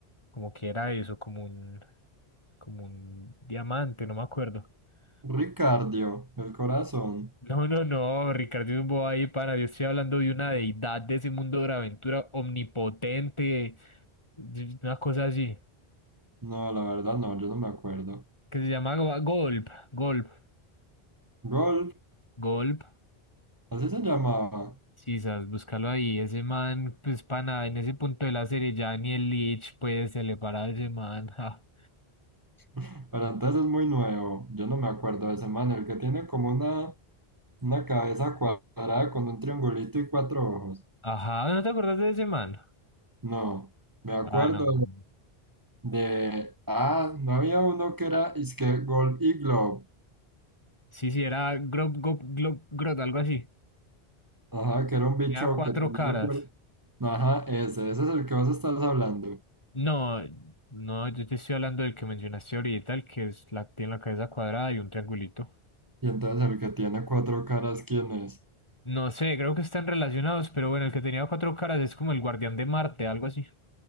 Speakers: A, on the left; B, on the right.
A: como que era eso, como un, como un diamante, no me acuerdo. <laughs>
B: Ricardio, el corazón.
A: No, no, no, Ricardo es un bobo ahí, pana. Yo estoy hablando de una deidad de ese mundo de Hora Aventura omnipotente, una cosa así,
B: No, la verdad no, yo no me acuerdo.
A: que se llama Go- Golp, Golp.
B: Gol,
A: Golp.
B: así se llamaba.
A: Sí, sabes, búscalo ahí. Ese man, pues para nada, en ese punto de la serie ya ni el Lich, pues se le para a ese man. <laughs> ja.
B: <laughs> Pero entonces es muy nuevo, yo no me acuerdo de ese man, el que tiene como una, una cabeza cuadrada con un triangulito y cuatro ojos.
A: Ajá, ¿no te acordás de ese man?
B: No, me acuerdo
A: Ah, no, man.
B: De, ah, no había uno que era, es que Gold Iglo,
A: Sí, sí, era Grob, Gob- Glob- Grot, algo así.
B: ajá, que era un bicho
A: Tenía cuatro
B: que tenía,
A: caras.
B: cuer- ajá, ese, ese es el que vos estás hablando.
A: No, no, yo te estoy hablando del que mencionaste ahorita, el que es la, tiene la cabeza cuadrada y un triangulito.
B: Y entonces el que tiene cuatro caras, ¿quién es?
A: No sé, creo que están relacionados, pero bueno, el que tenía cuatro caras es como el guardián de Marte, algo así.